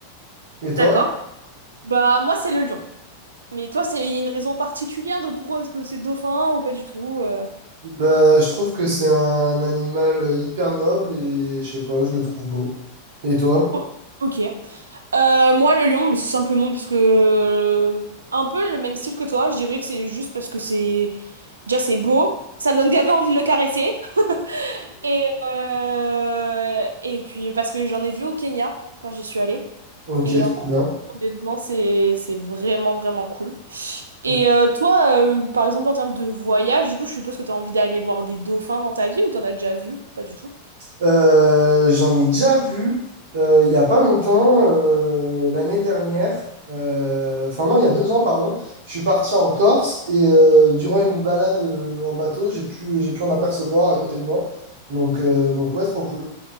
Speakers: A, on the right; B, on the right.
A: Et toi?
B: D'accord. Bah moi c'est le lion. Mais toi c'est, il y a une raison particulière de pourquoi est-ce que c'est le dauphin ou pas du tout? euh
A: Bah, je trouve que c'est un animal hyper noble et je sais pas, je le trouve beau. Et toi?
B: Oh, Ok. Euh, moi le lion simplement parce que euh, un peu le même style que toi. Je dirais que c'est juste parce que c'est déjà c'est beau. Ça me donne gavé envie de le caresser. <laughs> Et, euh, et puis, parce que j'en ai vu au Kenya quand j'y suis allée.
A: Ok,
B: Et
A: trop
B: euh,
A: bien.
B: honnêtement, c'est c'est vraiment, vraiment cool. Et
A: Ok.
B: euh, toi, euh, par exemple, en termes de voyage, du coup, je suppose que t'as envie d'aller voir des dauphins dans ta vie ou t'en as déjà vu? Pas du tout.
A: Euh, j'en ai déjà vu euh, il y a pas longtemps, euh, l'année dernière, euh, enfin non, il y a deux ans, pardon, je suis parti en Corse et euh, durant une balade euh, en bateau, j'ai pu, j'ai pu en apercevoir à côté de moi. Donc, euh, donc ouais, trop cool.